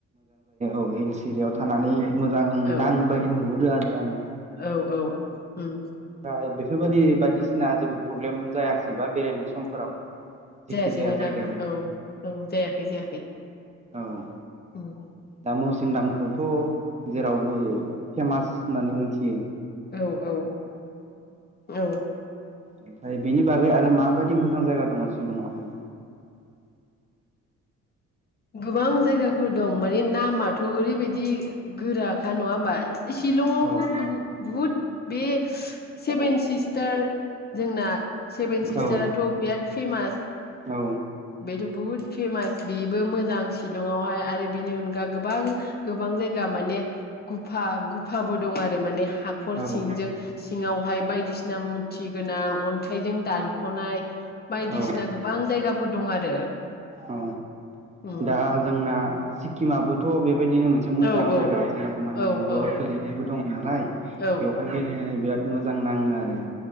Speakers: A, on the right; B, on the left.
A: अ हिल्स इरियाव थानानै मोजां
B: औ
A: नाङो बायदि नुहुरो आरो आङो।
B: औ औ उम।
A: फ्राय बेफोरबादि बायदिसिना जेबो प्रब्लेम जायासैबा बेरायनाय समफोराव? जेखि
B: जायासै
A: जाया
B: नोथां
A: जायगायावनो
B: औ औ जायाखै जायाखै
A: औ
B: उम।
A: दा मौसिनरामखौथ' जेरावबो फेमास होननानै मोनथियो।
B: औ औ औ।
A: ओमफ्राय बेनि बागै आरो माबायदि मोजां जायगा दङ शिलंआव हाय?
B: गोबां जायगाफोर दं माने नामाथ' ओरै बायदि गोरा खा नङा होमबा शिलंआवबो
A: औ
B: गुबु बहुद बे सेभेन सिस्टार जोंना सेभेन सिस्टाराथ'
A: औ
B: बिराद फेमास।
A: औ
B: बेथ' बुहुद फेमास बेबो मोजां शिलंआवहाय आरो बेनि अनगा गोबां गोबां जायगा माने गुफा-गुफाबो दं आरो माने हाखर
A: औ
B: सिंजों। सिङावहाय बायदिसिना मुरथि गोनां अन्थाइजों दानख'नाय। बायदिसिना
A: औ
B: गोबां जायगाफोर दं आरो।
A: औ
B: उम
A: दा जोंना सिक्किमाबोथ बेबायदिनो मोनसे एसे
B: औ
A: मोजां जायगा जेराव माने
B: औ औ
A: बर' गोेलैनायबो दङ। नालाय
B: औ
A: बेवहाय बेरायनानै बिराद मोजां नाङो आरो